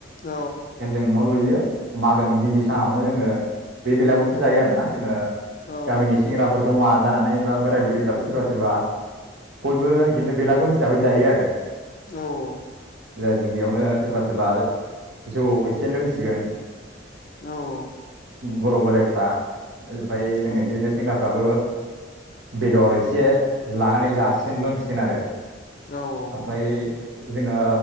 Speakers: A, on the left; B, on the right.
A: औ
B: जेन जों न लुयो। मागोनि गिबि सानावनो जोङो बे बेलागुरखौ जायो आरोना जोङो
A: औ
B: गामिनि सेंग्रा मुवा जानानै बा बोराय बुरिफ्राबो सोरबा सोरबा बयबो बिदिनो बेलागुर हिसाबै जायो आरो
A: औ औ
B: जा जों बेयावनो सोरबा सोरबा जौ एसे लोंसिगोन।
A: औ औ।
B: बर बोराइफ्रा। <unintelligible>
A: औ
B: फोराबो बेदर एसे लानानै जासिगोन लोंसिगोन आरो
A: औ औ
B: ओमफ्राय जोङो